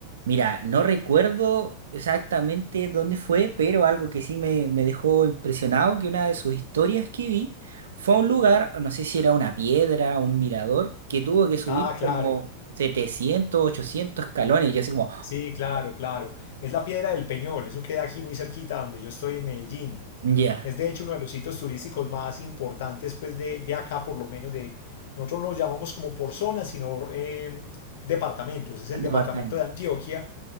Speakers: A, on the right; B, on the left.
A: Mira, no recuerdo exactamente dónde fue, pero algo que sí me, me dejó impresionado, que una de sus historias que vi fue a un lugar, no sé si era una piedra, un mirador, que tuvo que subir
B: Ah, claro.
A: como 700, 800 escalones, y yo así como,
B: Sí, claro, claro. Es la Piedra del Peñol, eso queda aquí muy cerquita donde yo estoy en Medellín.
A: ya,
B: Es de hecho uno de los sitios turísticos más importantes, pues de, de acá, por lo menos de. Nosotros no lo llamamos como por zonas, sino em, departamentos. Es el
A: departamento,
B: departamento de Antioquia